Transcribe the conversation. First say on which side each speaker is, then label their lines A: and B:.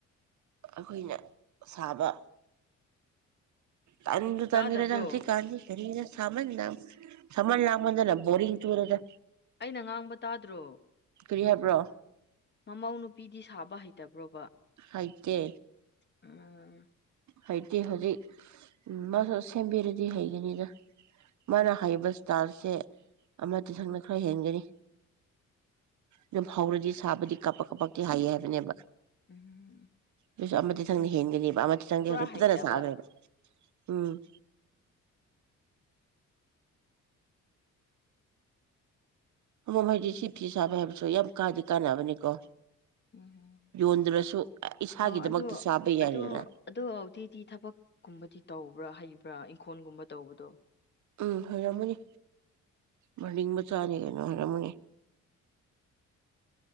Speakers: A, on the right (about 70°); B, on the left (about 35°).
A: ꯑꯩꯈꯣꯏꯅ ꯁꯥꯕ ꯇꯥꯟꯗ
B: ꯇꯥꯗꯕ꯭ꯔꯣ
A: ꯇꯥꯥꯟꯨꯔ ꯆ ꯀꯥꯟ ꯈꯅ ꯁꯥꯃꯅ ꯅ ꯁꯥꯟ ꯂꯃꯗꯅ ꯣꯔꯤꯡ ꯇꯨꯔꯗ
B: ꯑꯩꯅ ꯉꯥꯡꯕ ꯇꯥꯗ꯭ꯔꯣ
A: ꯀꯔꯤ ꯍꯥꯏꯕ꯭ꯔꯣ
B: ꯃꯃꯧ ꯅꯨꯄꯤ ꯅꯨꯄꯤꯗꯤ ꯁꯥꯕ ꯍꯩꯇꯕ꯭ꯔꯣꯕ
A: ꯍꯥꯏꯀꯦ
B: ꯎꯝ
A: ꯍꯩꯇꯦ ꯍꯧꯖꯤꯛ ꯎ ꯃꯥꯁꯨ ꯁꯦꯝꯕꯤꯔꯗꯤ ꯍꯩꯒꯅꯤꯗ ꯃꯥꯅ ꯍꯩꯕ ꯏꯁꯇꯥꯜꯁꯦ ꯑꯃ ꯇꯊꯪꯅ ꯈꯔ ꯍꯦꯟꯒꯅꯤ ꯑꯗꯨꯝ ꯍꯧꯔꯗꯤ ꯁꯥꯕꯗꯤ ꯀꯄꯛ ꯀꯞꯄꯛꯇꯤ ꯍꯥꯏꯌꯦ ꯍꯥꯏꯕꯅꯦꯕ
B: ꯎꯝ
A: ꯑꯗꯨꯁꯨ ꯑꯃꯗꯤ ꯊꯪꯅ ꯍꯦꯟꯒꯅꯦꯕ <unintelligible>
B: ꯄꯨꯔꯥ
A: ꯐꯖꯅꯥ
B: ꯍꯩꯇꯕ
A: ꯁꯥꯎꯔ‌ꯦꯕꯥ ꯑꯝ ꯑꯃꯃꯝ ꯍꯥꯏꯗꯤ ꯁꯤ ꯐꯤ ꯁꯥꯕ ꯍꯥꯏꯕꯁꯨ ꯌꯥꯝ ꯀꯥꯗꯤ ꯀꯥꯟꯅꯕꯅꯤꯀꯣ
B: ꯎꯝ
A: ꯌꯣꯟꯗ꯭ꯔꯁꯨ ꯏꯁꯥꯒꯤꯗꯃꯛꯇ
B: ꯑ ꯑꯗꯣ
A: ꯁꯥꯕ ꯌꯥꯔꯦꯗꯅ
B: ꯑꯗꯣ ꯑꯗꯣ ꯑꯗꯨꯗꯤꯗꯤ ꯊꯕꯛꯀꯨꯝꯕꯗꯤ ꯇꯧꯕ꯭ꯔꯥ ꯍꯩꯕꯥ ꯄꯨ꯭ꯔꯥ ꯏꯪꯈꯣꯜꯒꯨꯝꯕ ꯇꯧꯕꯗꯣ
A: ꯎꯝ ꯐꯔꯝꯃꯅꯤ ꯃꯔꯤꯡ ꯃꯆꯥꯅꯤ ꯀꯩꯅꯣ ꯍꯥꯏꯔꯝꯃꯅꯤ